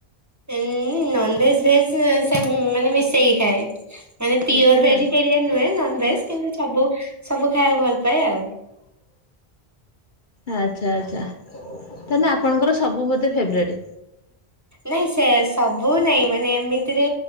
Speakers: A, on the right; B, on the left.
A: ନନ ଭେଜ ଭେଜ ସେ ମାନେ ମିଶେଇକି ଖାଏ। ମାନେ ପିଓର
B: ମିଶିକି
A: ଭେଜିଟେରିଆନ
B: ଖାଆନ୍ତି।
A: ନୁହେଁ ନନ ଭେଜ କିନ୍ତୁ ସବୁ ସବୁ ଖାଇବାକୁ ଭଲ ପାଏ ଆଉ।
B: ଆଚ୍ଛା ଆଚ୍ଛା ତାେଲେ ଆପଣଙ୍କର ସବୁ ବୋଧେ ଫେବରଟ୍।
A: ନାଇଁ ସେ ସବୁ ନାଇଁ ମାନେ ଏମିତିରେ।